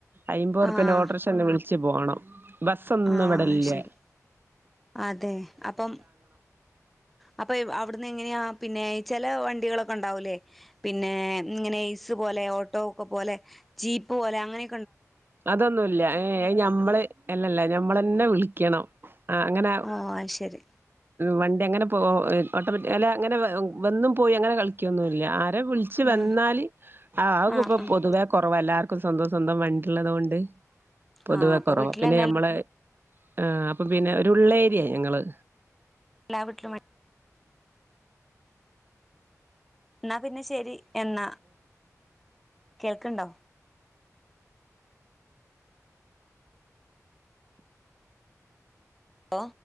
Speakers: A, on the right; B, in the centre.
A: അയിമ്പത്
B: ആഹ്
A: റുപ്പന്റെ ഓട്ടോറേഷെ വിള പച്ചു പോണം ബസ്സ ഒന്നും
B: ആഹ്
A: ഇവിടല്ലേ
B: ശരി അതെ അപ്പം അപ്പൊ അവിടുന്ന് എങ്ങനെയാ പിന്നെ ചില വണ്ടികളൊക്കെ ഉണ്ടാവൂല്ലേ പിന്നെ ഇങ്ങനെ ലെ ഓട്ടോെ പോലെ ജീപ്പ് പോലെ അങ്ങനെ
A: അതൊന്നുമല്ല ഏ ഞമ്മള് അല്ലല്ല ഞമ്മളെന്നെ വിളിക്കണം അങ്ങനെ
B: ഓ അത് ശരി
A: വണ്ടി അങ്ങനെ പോവാ ഓട്ടോമാറ്റി അല്ല അങ്ങനെ വന്നും പോയി അങ്ങനെ കളിക്കൊന്നുംല്ല വിളിച്ചച്ച്
B: ഉം
A: വന്നാല്
B: ആഹ്
A: ഇപ്പ
B: ആഹ്
A: പൊതുവ കുറവ എല്ലാർക്കും സ്വന്തം സ്വന്തം വണ്ടി ഉള്ളതുകൊണ്ട് പൊതുവെ
B: ആഹ് അപ്പൊ
A: കുറവാ
B: വീട്ടിലന്നെ
A: പിന്നെ ഞമ്മളെ ആ അപ്പം പിന്നെ ഒരുള്ള ഏരിയ ഞങ്ങള്
B: എല്ലാ വട്ടിലും വണ്ടി എന്നാ പിന്നെ ശരി എന്ന കേൾക്കണ്ടോ ഹലോ